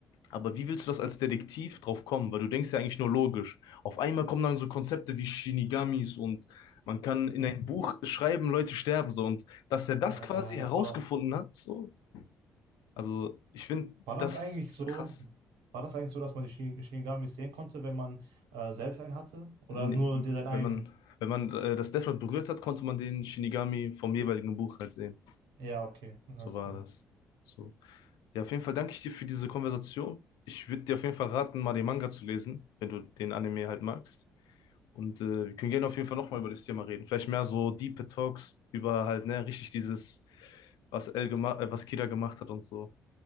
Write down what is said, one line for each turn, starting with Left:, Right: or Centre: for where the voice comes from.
Left: Aber wie willst du das als Detektiv drauf kommen? Weil du denkst ja eigentlich nur logisch. Auf einmal kommen dann so Konzepte wie Shinigamis und man kann
Right: Genau.
Left: in ein Buch schreiben, Leute sterben so. Und dass er das
Right: Ja,
Left: quasi
Right: das
Left: herausgefunden
Right: war auch krass.
Left: hat, so, also ich finde,
Right: War das
Left: das
Right: eigentlich
Left: ist
Right: so,
Left: krass.
Right: war das eigentlich so, dass man die Shin- Shinigamis sehen konnte, wenn man äh, selbst einen hatte? Oder
Left: Nee,
Right: nur den- seinen
Left: Wenn
Right: eigenen?
Left: man, wenn man äh, das Death Note berührt hat, konnte man den Shinigami vom jeweiligen Buch halt sehen.
Right: Ja, okay, alles
Left: So war
Right: klar.
Left: das. So. Ja, auf jeden Fall danke ich dir für diese Konversation. Ich würde dir auf jeden Fall raten, mal den Manga zu lesen, wenn du den Anime halt magst. Und äh, wir können gerne auf jeden Fall nochmal über das Thema reden. Vielleicht mehr so Deep Talks über halt, ne, richtig dieses, was El gemacht, äh, was Kida gemacht hat und so.